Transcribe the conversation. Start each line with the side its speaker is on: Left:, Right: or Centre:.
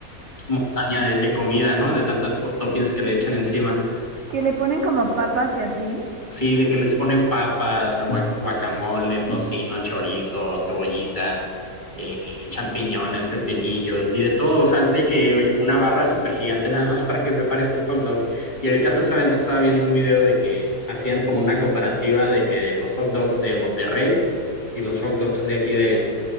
Left: montaña de, de comida, ¿no? De tantas co- toppings que le echan encima.
Right: Que le ponen como papas y así.
Left: Sí, de que les ponen papas, agua- guacamole, tocino, chorizo, cebollita, eh, champiñones, pepinillos y de todo. O sea, es de que eh, una barra súper gigante nada más para que prepares tu hot dog. Y ahorita justamente estaba viendo un video de que hacían como una comparativa de que los hot dogs de Monterrey y los hot dogs de aquí de,